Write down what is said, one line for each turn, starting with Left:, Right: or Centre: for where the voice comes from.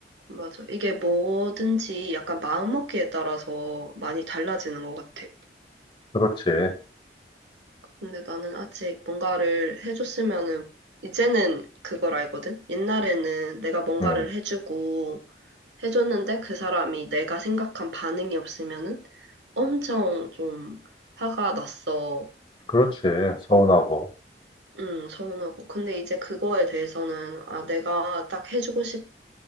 Right: 맞아. 이게 뭐든지 약간 마음먹기에 따라서 많이 달라지는 것 같아.
Left: 그렇지,
Right: 근데 나는 아직 뭔가를 해줬으면은, 이제는 그걸 알거든? 옛날에는 내가 뭔가를
Left: 음,
Right: 해주고, 해줬는데 그 사람이 내가 생각한 반응이 없으면은 엄청 좀 화가 났어.
Left: 그렇지, 서운하고,
Right: 응, 서운하고. 근데 이제 그거에 대해서는, 아, 내가 딱 해주고 싶